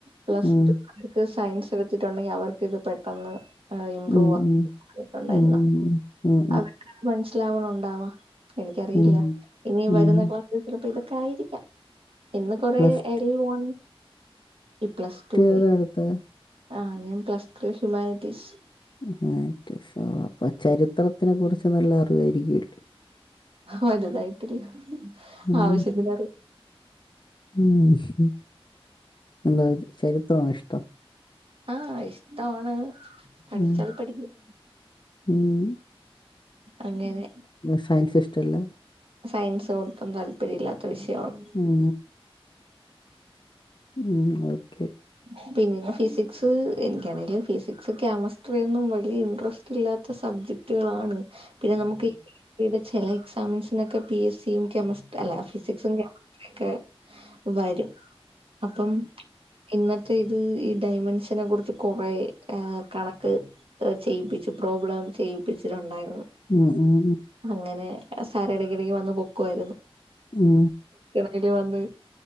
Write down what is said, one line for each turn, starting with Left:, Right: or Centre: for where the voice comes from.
Right: പ്ലസ്
Left: ഉം
Right: ടു നക്ക് സയൻസ് വെച്ചിട്ടുണ്ടെങ്കിൽ അവർക്ക് ഇത് പെട്ടെന്ന് ഇമ്പ്രൂവ്
Left: ഉം ഉം
Right: ആട്ടുണ്ടായിരുന്നു
Left: ഉം ഉം ഉം ഉം
Right: അവർക്കാണാ മനുഷ്യൻ മനസ്സിലാവണം ഉണ്ടാവാ എനിക്കറിയില്ല
Left: ഉം ഉം.
Right: ഇനി
Left: ഉം.
Right: വരുന്ന ക്ലാസ്സിൽ ചിലപ്പോ ഇതൊക്കെ ആയിരിക്കാം ഇന്ന് കൊറെ
Left: പ്ലസ്
Right: എൽ വൺ ഈ പ്ലസ് ടുവെ
Left: ഏതാ എടുത്തേ?
Right: ആഹ് ഞാൻ പ്ലസ് ത്രീ ഹ്യുമാനിറ്റീസ്
Left: ഹുമാൻ റ്റീസോ അപ്പൊ ചരിത്രത്തിനെ കുറിച്ച് നല്ല അറിവായിരിക്കുംല്ലേ
Right: വലുതായിട്ടില്ല
Left: ഉം
Right: ആവശ്യത്തിന് അറി
Left: ഉം എന്താ ചരിത്രമാണോ ഇഷ്ടം
Right: ആഹ് ഇഷ്ടമാണ് പഠിച്ചാൽ
Left: ഉം
Right: പഠിക്കും
Left: ഉം.
Right: അങ്ങെനേ
Left: സയൻസ് ഇഷ്ടല്ല
Right: സയൻസ് ഒട്ടും താല്പര്യ ഇല്ലാത്ത വിഷയമാണ്
Left: ഉം ഉം ഓക്കെ
Right: ഉം പിന്നെ ഫിസിക്സ് എനിക്കാണെങ്കില് ഫിസിക്സ് കെമിസ്ട്രിയൊന്നും വലിയ ഇൻട്രസ്റ്റ് ഇല്ലാത്ത സബ് ജെക്ട്കളാണ് പിന്നെ നമുക്ക് ചില എക്സാമിൻസിനൊക്കെ പി എസ് സിയും കെമസ്ട്രി അല്ല ഫിസിക്സും കെമിസ്ട്രിയൊക്കെ വരും അപ്പം ഇന്നത്തെ ഇത് ഈ ഡയമെൻഷനെ കുറിച്ച് കൊറെ കണക്ക് ചെയ്യിപ്പിച്ചു പ്രോബ്ലം ചെയ്യിപ്പിച്ചിട്ടുണ്ടായിരുന്നു
Left: ഉം ഉം
Right: അങ്ങനെ സാർ ഇടയ്ക്കിടക്ക് വന്ന് പൊക്കുവായിരുന്നു
Left: ഉം
Right: ഇൽ വന്ന്